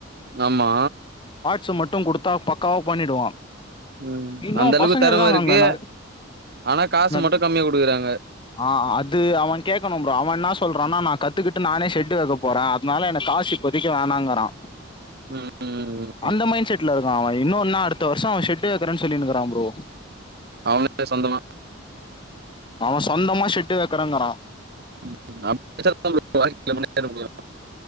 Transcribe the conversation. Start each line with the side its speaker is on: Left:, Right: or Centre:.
Right: நம்மா
Left: சு மட்டு குடுத்தா பக்காவா பண்ணிடுவா
Right: உம்
Left: இன்னு
Right: அந்த அளவுக்
Left: பசங்க
Right: தெரம
Left: இருக்காங்க
Right: இருக்கு
Left: அங்க நெற
Right: ஆனா காசு
Left: என்னது
Right: மட்டு கம்மியா குடுக்குறாங்க
Left: ஆ அ அது அவ கேக்கணு ப்ரோ அவ என்னா சொல்றான்னா நா கத்துக்கிட்டு நானே ஷெட்டு வெக்க போறே அத்னால எனக் காஸ் இப்போதைக்கு வேணாங்கறா
Right: உம் உம்
Left: அந்த மைண்ட் செட்ல இருக்கா அவ இன்னொன்னா அடுத்த வருஷோ அவ ஷெட்டே வெக்றேன் சொல்லின் இருக்கறா ப்ரோ
Right: அவங்க <inaudible> சொந்தமா
Left: அவ சொந்தமா ஷெட்டு வெக்கறேங்கறா
Right: <inaudible>